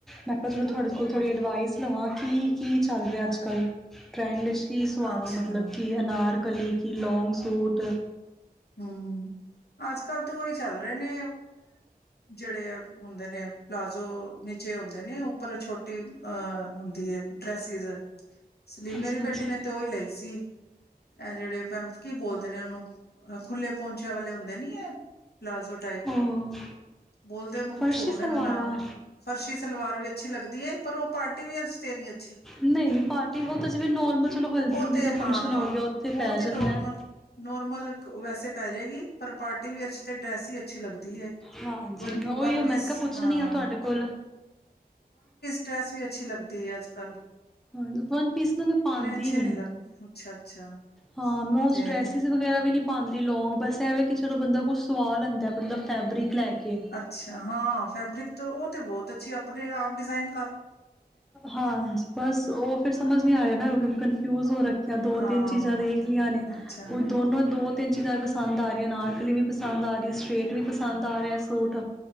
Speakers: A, in the centre; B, on the left (about 90°).
A: ਮੈਂ ਕਿਹਾ ਚਲੋ ਤੁਹਾਡੇ ਕੋਲ ਥੋੜੀ ਅਡਵਾਈਸ ਲਵਾਂ ਕੀ? ਕੀ ਚੱਲ ਰਿਹਾ ਅੱਜ ਕੱਲ? ਟਰੈਂਡ ਕੀ
B: ਅੱਛਾ-ਅੱਛਾ
A: ਸੁਆਵਾਂ ਮਤਲਬ ਕਿ ਅਨਾਰ ਕਲੀ ਕਿ ਲੌਂਗ ਸੂਟ
B: ਹਮ ਅੱਜ ਕੱਲ ਤਾਂ ਉਹੀ ਚੱਲ ਰਹੇ ਨੇ ਜਿਹੜੇ ਹੁੰਦੇ ਨੇ ਪਲਾਜ਼ੋ ਨੀਚੇ ਹੁੰਦੇ ਨੇ ਉੱਪਰ ਛੋਟੀ ਅ ਹੁੰਦੀ ਹੈ ਡਰੈਸਿਸ ਇਸ ਲਈ
A: ਅੱਛਾ
B: ਮੇਰੀ
A: ਅੱਛਾ
B: ਬੇਟੀ ਨੇ ਤੇ ਉਹ ਲਈ ਸੀ ਇਹ ਜਿਹੜੇ ਪੈਂਕੀ ਬੋਲਦੇ ਨੇ ਉਹਨੂੰ ਅ ਖੁੱਲੇ ਪਹੁੰਚਿਆਂ ਵਾਲੇ ਹੁੰਦੇ ਨੀ ਹੈ ਪਲਾਜ਼ੋ ਟਾਈਪ
A: ਉਹ
B: ਬੋਲਦੇ ਉਹਨੂੰ
A: ਫਰਸ਼ੀ
B: ਕੁਛ ਹੋਰ
A: ਸਲਵਾਰਾਂ
B: ਨੇ ਮੈਨੂੰ ਨਾਮ ਨੀ ਫਰਸ਼ੀ ਸਲਵਾਰ ਵੀ ਅੱਛੀ ਲੱਗਦੀ ਹੈ ਪਰ ਉਹ ਪਾਰਟੀ ਵੀ ਤੇਰੀਆਂ
A: ਨਹੀਂ ਨਹੀਂ ਪਾਰਟੀ ਓਹ ਤਾਂ ਜਿਵੇਂ ਨੋਰਮਲ ਚਲੋ ਹਲਦੀ
B: ਉਹ
A: ਹੁਲਦੀ
B: ਤੇ
A: ਦਾ ਫੰਕਸ਼ਨ
B: ਹਾਂ
A: ਹੋ ਗਿਆ ਉੱਥੇ
B: ਉਹ
A: ਪੈ ਜਾਂਦਾ
B: ਤੇ ਨੋਰਮਲ
A: ਹੈ
B: ਨੋਰਮਲ ਵੈਸੇ ਪੈ ਜਾਏਗੀ ਪਰ ਪਾਰਟੀ ਵੀ ਅਰ ਚ ਤੇ ਡਰੈਸ ਹੀ ਅੱਛੀ ਲੱਗਦੀ ਹੈ
A: ਹਾਂਜੀ
B: ਵਨ
A: ਮੈਂ ਓਹੀ
B: ਵਨ
A: ਆ
B: ਪੀਸ
A: ਮੈਂ ਕਿਹਾ ਪੁੱਛਣੀ
B: ਹਾਂ
A: ਆ ਤੁਹਾਡੇ ਕੋਲ
B: ਡਰੈੱਸ ਵੀ ਅੱਛੀ ਲੱਗਦੀ ਹੈ ਅੱਜ ਕੱਲ੍ਹ
A: ਹਾਂ, ਵਨ ਪੀਸ ਨਾ ਮੈਂ ਪਾਉਂਦੀ
B: ਅੱਛੇ
A: ਨੀ,
B: ਲੱਗਦੇ ਅੱਛਾ ਅੱਛਾ
A: ਹਾਂ ਮੈਂ ਉਸ
B: ਤੇ
A: ਡਰੈਸਿਸ ਵਗੈਰਾ ਵੀ ਨੀ ਪਾਾਂਦੀ ਲੋਂਂਗ, ਬਸ ਇਹਵੇਂ ਕਿ ਚਲੋ ਬੰਦਾ ਕੁਛ ਸਵਾ ਲੈਂਦਾ ਮਤਲਬ ਫੈਬਰਿਕ ਲੈ ਕੇ
B: ਅੱਛਾ, ਹਾਂ, ਫੈਬਰਿਕ ਤਾਂ ਉਹ ਤੇ ਬਹੁਤ ਅੱਛੀ ਆਪਣੇ ਆਪ ਡਿਜ਼ਾਈਨ
A: ਹਾਂ, ਬਸ ਉਹ ਫਿਰ ਸਮਝ ਨੀ ਆ ਰਿਹਾ ਨਾ, ਕਨਫਿਊਜ ਹੋ ਰੱਖੀਆਂ ਦੋ
B: ਹਾਂ
A: ਤਿੰਨ ਚੀਜ਼ਾਂ ਦੇਖ ਲਈਆਂ ਨੇ
B: ਅੱਛਾ
A: ਕੁ ਦੋਨੋ ਦੋ ਤਿੰਨ ਚੀਜ਼ਾਂ ਪਸੰਦ ਆ ਰਹੀਆਂ ਅਨਾਰਕਲੀ ਵੀ ਪਸੰਦ ਆ ਰਹੀ, ਸਟ੍ਰਰੇਟ ਵੀ ਪਸੰਦ ਸਾਰਿਆ ਸੂਟ